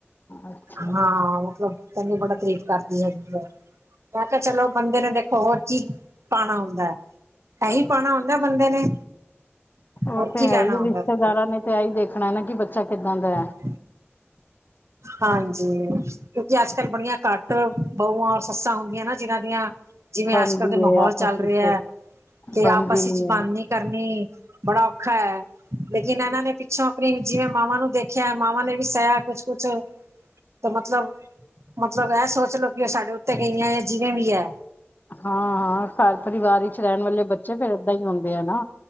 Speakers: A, on the left; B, on the right.
A: ਅੱਛਾ।
B: ਹਾਂ, ਮਤਲਬ ਤੈਨੂੰ ਬੜਾ ਤਾਰੀਫ ਕਰਦੀ ਹੈਗੀਐ। ਮੈਂ ਕੇਆ ਚਲੋ ਬੰਦੇ ਨੇ ਦੇਖੋ ਹੋਰ ਕੀ, ਪਾਣਾ ਹੁੰਦੈ। ਐਹੀ ਪਾਉਣਾ ਹੁੰਦੈ ਬੰਦੇ ਨੇ।
A: ਉਹ
B: ਹੋਰ
A: ਤੇ
B: ਕੀ
A: ਹੈ
B: ਲੈਣਾ
A: ਹੀ
B: ਹੁੰਦੈ
A: ਰਿਸ਼ਤੇਦਾਰਾਂ
B: ਬੰਦੇ ਨੇ।
A: ਤੇ ਐਹੀ ਦੇਖਣਾ ਨਾ, ਕਿ ਬੱਚਾ ਕਿੱਦਾਂ ਦੈ?
B: <unintelligible> ਹਾਂਜੀ। ਕਿਉਂਕਿ ਅੱਜ-ਕੱਲ ਬੜੀਆਂ ਘੱਟ ਬਹੁਆਂ - ਸੱਸਾਂ ਹੁੰਦੀਆਂ ਨਾ, ਜਿਹਨਾਂ ਦੀਆਂ ਜਿਵੇਂ
A: ਬਣਦੀ
B: ਅੱਜ-ਕਲ ਦੇ
A: ਹੈ
B: ਮਾਹੌਲ
A: ਆਪਸ
B: ਚੱਲ ਰਿਐ।
A: ਵਿੱਚ
B: 'ਤੇ
A: ਬਣਦੀ
B: ਆਪਸ 'ਚ ਗਲ
A: ਹੈ।
B: ਨੀ ਕਰਨੀ, ਬੜਾ ਔਖਾ ਐ। ਲੇਕਿਨ ਇਹਨਾਂ ਨੇ ਪਿੱਛੋਂ ਆਪਣੀ ਜਿਵੇਂ ਮਾਵਾਂ ਨੂੰ ਦੇਖਿਆ। ਮਾਵਾਂ ਨੇ ਵੀ ਸੇਆ ਕੁਛ-ਕੁਛ। ਤੇ ਮਤਲਬ, ਮਤਲਬ ਐਹ ਸੋਚ ਲਓ, ਕਿ ਐਹ ਸਾਡੇ ਉੱਤੇ ਗਈਐਂ। ਜਿਵੇਂ ਵੀ ਹੈ।
A: ਹਾਂ-ਹਾਂ। ਘਰ - ਪਰਿਵਾਰ ਵਿੱਚ ਰਹਿਣ ਵਾਲੇ ਬੱਚੇ ਫਿਰ ਏਦਾਂ ਈ ਹੁੰਦੇ ਆ ਨਾ।